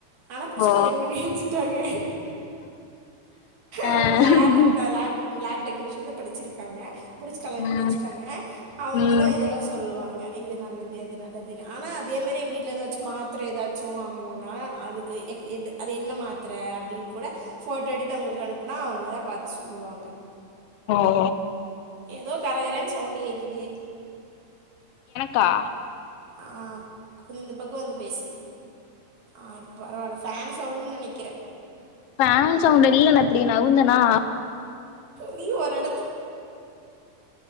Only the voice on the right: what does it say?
ஆனா புடிச்சு
கல்யாணம் பண்ணி வச்சுட்டாங்க
அவங்க லாபுக்கு
தா லப் லேப் டெக்னிஷிசன்த படிச்சிருக்காங்க புடுச்சி கல்யாணம்
பண்ணி வச்சுட்டாங்க அவங்க
தா இதெல்லா சொல்லுவாங்க இது நல்லதே ல்லது நல்லது ஆனா அதே மாரி எங்க வீட்டில ஏதாச்சு மாத்திர ஏதாச்சு வாங்கினும்னா அதுக்குஎத் எத் அது என்ன மாத்திர அப்ப உல போட்டோ எடுத்து அவுங்களுக்கு அனுப்புனா அவுங்கதா பாத்து சொல்லுவாங்க
ஏதோ கரகர ஸ் சவுண்ட்டு கேக்குது
ஆ குரி இந்த பக்கோ வந்து பேசு ஆ இப்ப பரவால்ல ஃபேன் சவுண்னு நெனைக்கிற
நீ வரத்